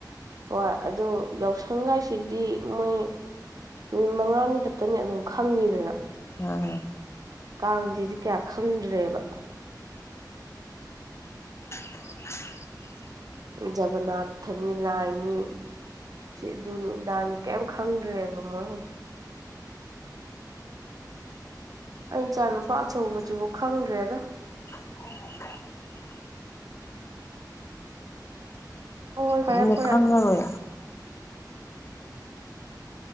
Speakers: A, on the right; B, on the left.
A: ꯍꯣꯏ ꯑꯗꯨ ꯌꯥꯎꯁꯪꯒꯥꯏꯁꯤꯗꯤ ꯃꯣꯏ ꯅꯨꯃꯤꯠ ꯃꯪꯉꯥꯅꯤ ꯈꯛꯇꯅꯤ ꯑꯗꯨꯝ ꯈꯪꯉꯤꯗꯅ
B: ꯑꯥ
A: ꯀꯥꯡꯁꯤꯗꯤ ꯀꯌꯥ ꯈꯪꯗ꯭ꯔꯦꯕ
B: <unintelligible>
A: ꯖꯒꯅꯥꯊꯅꯤ ꯂꯥꯏꯅꯤ ꯁꯤ ꯑꯗꯨꯅꯤ ꯑꯗꯥꯅꯤ ꯀꯩꯝ ꯈꯪꯗ꯭ꯔꯦꯕ ꯃꯣꯏ ꯍꯧꯖꯤꯛ ꯑꯩ ꯏꯆꯥ ꯅꯨꯄꯥ ꯑꯆꯧꯕꯖꯤꯕꯨꯛ ꯈꯪꯗ꯭ꯔꯦꯗ
B: ꯎ <unintelligible>
A: ꯍꯣꯏ ꯍꯣꯏ ꯐꯔꯦ
B: ꯑꯗꯨꯅꯦ
A: ꯐꯔꯦ
B: ꯈꯪꯉꯔꯣꯏ